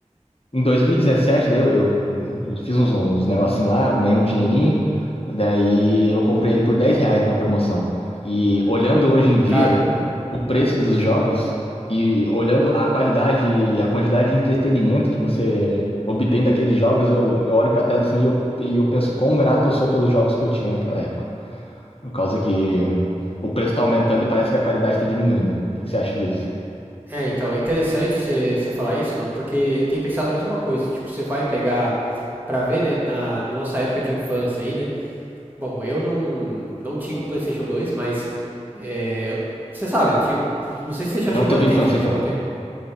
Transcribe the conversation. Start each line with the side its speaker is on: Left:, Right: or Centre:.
Left: em 2017, daí eu, eu- eu- eu fiz uns, uns negocinhos lá, eu ganhei um dinheirinho. Daí eu comprei ele por 10 reais na promoção. E olhando hoje em dia
Right: Caramba.
Left: o preço dos jogos e olhando a qualidade e a quantidade de entretenimento que você obtém daqueles jogos, eu, eu olho pra trás assim e eu, e eu penso quão grato eu sou pelos jogos que eu tinha naquela época. Por causa que o preço tá aumentando e parece que a qualidade tá diminuindo. O que, que você acha disso?
Right: É, então, é interessante você você falar isso, mano, porque eu tenho pensado a mesma coisa. Tipo, você vai pegar pra ver, né, na na nossa época de infância aí, né? Bom, eu não, não tinha um PlayStation 2, mas é, você sabe, né? tinha- não sei se você já
Left: Não
Right: chegou
Left: teve
Right: a ter,
Left: infância,
Right: você já
Left: então.
Right: chegou a ter.